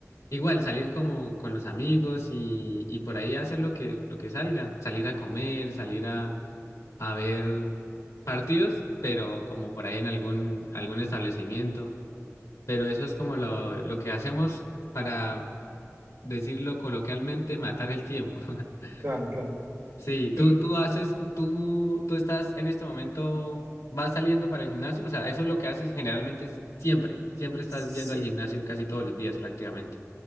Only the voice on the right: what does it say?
Claro, claro.
Y
sí.